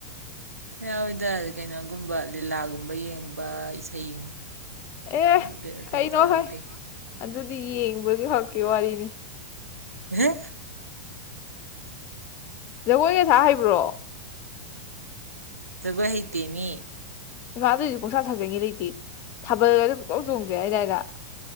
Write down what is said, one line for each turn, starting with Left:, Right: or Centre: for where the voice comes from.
Right: ꯌꯥꯎꯏꯗ ꯀꯩꯅꯣꯒꯨꯝꯕ ꯂꯤꯂꯥꯒꯨꯝꯕ ꯌꯦꯡꯕ ꯏꯁꯩ
Left: ꯑꯦ
Right: ꯑꯗꯨ ꯑꯇꯩꯗꯤ
Left: ꯀꯩꯅꯣ
Right: ꯌꯥꯎꯗꯦ
Left: ꯍꯣꯏ ꯑꯗꯨꯗꯤ ꯗꯤ ꯌꯦꯡꯕ ꯈꯛꯀꯤ ꯋꯥꯔꯤꯅꯤ
Right: ꯑꯍꯦ
Left: ꯖꯒꯣꯏꯒ ꯁꯥ ꯍꯩꯕ꯭ꯔꯣ
Right: ꯖꯒꯣꯏ ꯍꯩꯇꯦ ꯃꯤ
Left: ꯏꯃꯥ ꯑꯗꯨꯑꯣꯏꯁꯨ ꯄꯡꯁꯥ ꯁꯥꯖꯟꯒꯦ ꯂꯩꯇꯦ ꯊꯥꯕꯜꯒꯗꯨ ꯁꯨꯛꯆꯣꯡ ꯆꯣꯡꯗ꯭ꯔꯤ ꯍꯥꯏꯗꯥꯏ ꯅ